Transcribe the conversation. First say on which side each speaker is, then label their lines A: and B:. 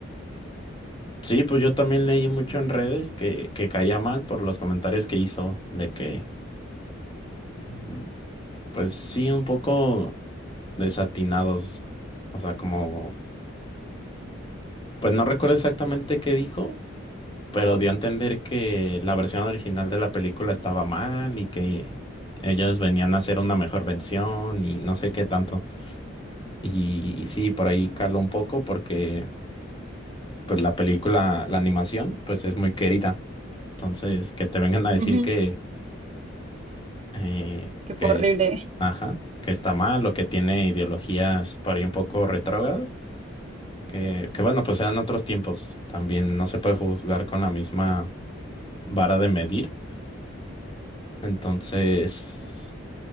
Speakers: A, on the left; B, on the right.
A: sí, pues yo también leí mucho en redes que, que caía mal por los comentarios que hizo, de que, mm, pues sí, un poco desatinados. O sea, como, pues no recuerdo exactamente qué dijo, pero dio a entender que la versión original de la película estaba mal y que ellos venían a hacer una mejor versión y no sé qué tanto. Y sí, por ahí caló un poco porque, pues la película, la animación, pues es muy querida. Entonces, que te vengan a
B: Ujú.
A: decir que, eh,
B: que fue
A: que,
B: horrible. <laughs>
A: ajá, que está mal o que tiene ideologías por ahí un poco retrógradas, que, que bueno, pues eran otros tiempos. También no se puede juzgar con la misma vara de medir. Entonces,